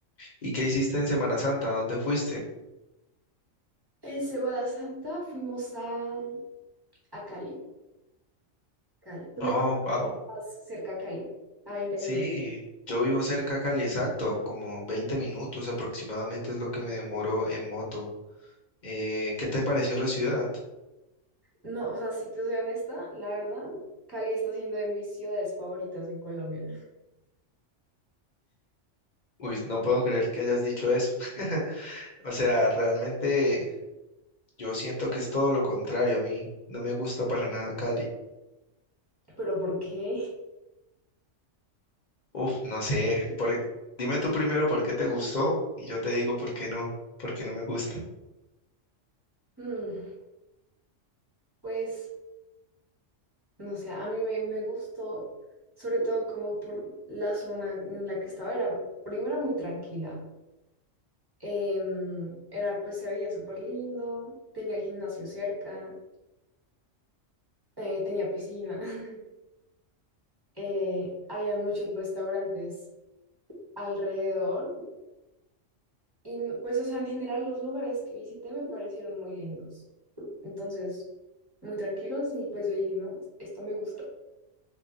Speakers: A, on the left; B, on the right.
A: ¿Y qué hiciste en Semana Santa? ¿A dónde fuiste?
B: En Semana Santa fuimos a, a Cali. Cali. Tú
A: Oh,
B: me contaste
A: wow.
B: que estás cerca a Cali, a 20
A: Sí,
B: minutos.
A: yo vivo cerca a Cali, exacto, como 20 minutos aproximadamente es lo que me demoro en moto. Eh, ¿qué te pareció la ciudad?
B: No, o sea, si te soy honesta, la verdad, Cali está siendo de mis ciudades favoritas en Colombia.
A: Uy, no puedo creer que hayas dicho eso. <laughs> O sea, realmente yo siento que es todo lo contrario. A mí no me gusta para nada Cali.
B: ¿Pero por qué?
A: Uf, no sé. por- Dime tú primero por qué te gustó y yo te digo por qué no, por qué no me gusta.
B: Mm, pues, no sé, a mí me, me gustó, sobre todo como por la zona en la que estaba. Era, primero, era muy tranquila. Em, era, pues, se veía súper lindo, tenía el gimnasio cerca, eh, tenía piscina, <laughs> eh, habían muchos restaurantes alrededor. Y, pues, o sea, en general, los lugares que visité me parecieron muy lindos. Entonces, muy tranquilos y pues yo dije, no, esto me gusta.